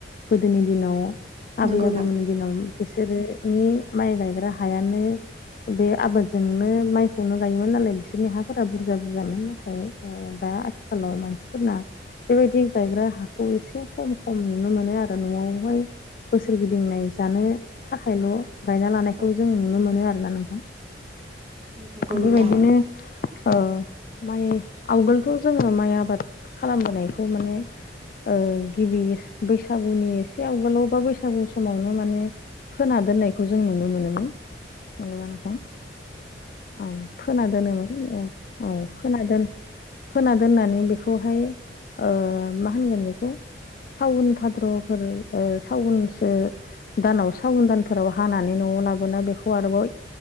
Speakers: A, on the left; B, on the right.
A: गोदोनि दिनाव आबै
B: नंगौ नोंथां
A: आबौमोन दिनाव बिसोरोनि माइ गायग्रा हायानो बे आबादजोंनो माइखौनो गायोमोन नालाय बिसोरनि हाफोरा बुरजा बुरजामोन नाथाय ओ दा आथिखालाव मानसिफोरना बेबायदि गायग्रा हाखौ एसे खम खम नुनो मोनो आरो न'आवहाय बोसोरगिदिंनाय जानो थाखायल' गायना लानायखौ
B: औ
A: जों नुनो मोनो आरोना नोंथां
B: नंगौ
A: बेबायदिनो
B: नोंथां
A: ओ माइ आवगोलथ' जोंङो माइ आबाद खालामबोनायखौ माने ओ गिबि बैसागुनि एसे आवगोलाव बा बैसागु समावनो माने फोना दोननायखौ जों नुनो मोनोमोन नंगौ ना नोंथां? औ फोना दोनोमोन औ फोना दोनो फोना दोननानै बेखौहाय ओ मा होनगोन बेखौ सावन भाद्र'फोर ओ सावनसो दानाव साबुन दानफोराव हानानै न'आव लाबोना बेखौ आरोबाव